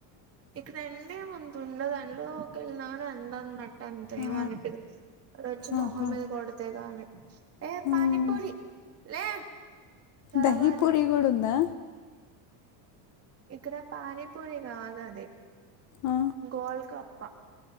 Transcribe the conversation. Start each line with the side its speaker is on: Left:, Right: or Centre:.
Right: ఇక్కడ రండి వతు ఉండ దానిలో ఒక వెళ్ళినా రంద అనమా అంతేమ
Left: ఆ.
Right: అనిపిదు అ వచ్చి మొహం
Left: ఆహా.
Right: మీద కొడతే కాని ఏ పానీపూరి
Left: మ్.
Right: లే చదవాలి
Left: దహీ పూరి కూడా ఉందా.
Right: ఇక్కడ పానీపూరి కాదు అది
Left: ఆ.
Right: గోల్కప్ప.